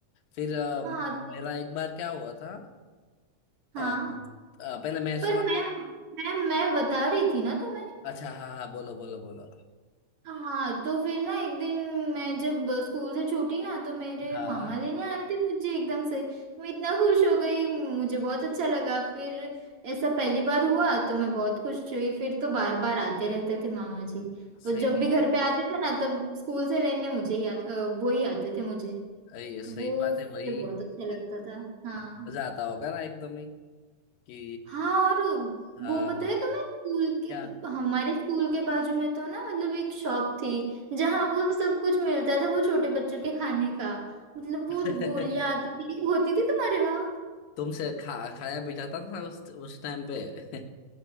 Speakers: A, on the left; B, on the right.
A: फिर अ,
B: हाँ तो
A: मेरा एक बार क्या हुआ था अ,
B: हाँ
A: अ, पहले मैं
B: पर
A: सुनाता
B: मैं
A: हूँ
B: मैं मैं बता रही थी ना तुम्हें
A: अच्छा हाँ हाँ बोलो बोलो बोलो
B: हाँ तो फिर ना एक दिन मैं जब स्कूल से छूटी ना तो मेरे
A: हाँ
B: मामा लेने आए थे मुझे एकदम से तो मैं इतना खुश हो गई मुझे बहुत अच्छा लगा फिर ऐसा पहली बार हुआ तो मैं बहुत खुश हुई फिर तो बार बार आते रहते थे मामा जी
A: सही
B: वो जब भी घर पे आते थे ना तब स्कूल से लेने मुझे ही आ, अ, वो ही आते थे मुझे
A: है ये सही
B: तो वो
A: बात
B: मुझे
A: है वही
B: बहुत अच्छा लगता था हाँ
A: मतलब मजा आता होगा ना एकदम ही कि
B: हाँ और
A: हाँ
B: वो पता है तुम्हें स्कूल के
A: क्या
B: हमारे स्कूल के बाजू में तो ना मतलब एक शॉप थी जहाँ वो सब कुछ मिलता था वो छोटे बच्चों के खाने का मतलब
A: <laughs>
B: वो गोलियां आती थी होती थी तुम्हारे वहाँ
A: तुमसे खा खाया भी जाता था उस उस टाइम पे <laughs>